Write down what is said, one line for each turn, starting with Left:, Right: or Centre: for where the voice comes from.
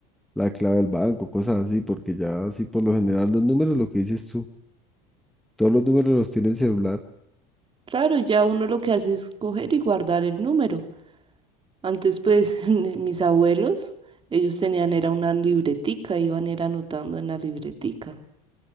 Centre: la clave del banco, cosas así, porque ya así por lo general los números, lo que dices tú, todos los números los tiene el celular.
Right: Claro, ya uno lo que hace es coger y guardar el número. Antes, pues, <laughs> mis abuelos, ellos tenían, era una libretica, iban era anotando en la libretica.